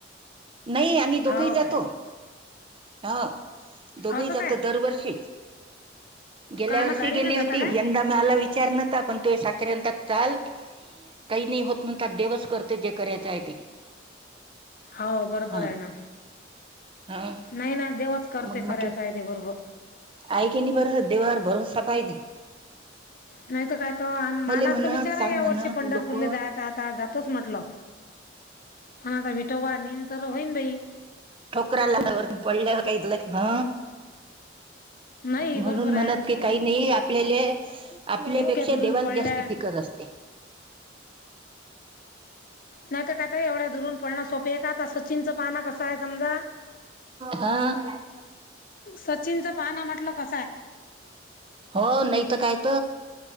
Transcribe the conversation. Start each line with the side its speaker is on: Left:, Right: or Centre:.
Right: नाही आमही
Left: हो
Right: दोघेही जातो
Left: काय
Right: हा दोघंही
Left: असं
Right: जात
Left: काय
Right: दरवर्षी गेल्या
Left: का ना
Right: वर्षी
Left: गाडी
Right: गेली
Left: ना जाता
Right: होती
Left: काय
Right: यंदा माला विचार विचार नव्हता पण तू ये सासरे म्हणतात चाल काही नाही होत म्हणतात देवस करते जे करायचं आहे ते
Left: हो बरोबर
Right: हा
Left: आहे ना
Right: हा
Left: नाही ना देवच करते
Right: मग म्हटलं
Left: करायच आहे ते बरोबर
Right: आहे कि नाही बर देवावर भरवसा पायजे
Left: नाहीत काय त मला
Right: म्हणत
Left: अस विचार
Right: सांग
Left: आहे या
Right: म्हणत
Left: वर्षी पंढरपूरला
Right: लोक
Left: जायच आता जातोच म्हटलं हो तर विठोबा नेईन तर होईन बाई
Right: ठोकऱ्याला त्या वर पडलं काही ह
Left: नाही बरोबर
Right: म्हणून म्हणत
Left: आहे
Right: की काही नाही आपल्याले आपल्यापेक्षा
Left: इतक्या दुरून
Right: देवाला
Left: पडल्या
Right: जास्त फिकर असते
Left: नाहीत कायताय एवढ्या दुरून पडणं सोप आहे का आता सचिनचं पाना कसं आहे समजा
Right: हा
Left: सचिनच पाहना म्हटलं कसय
Right: हो नाही तर कायत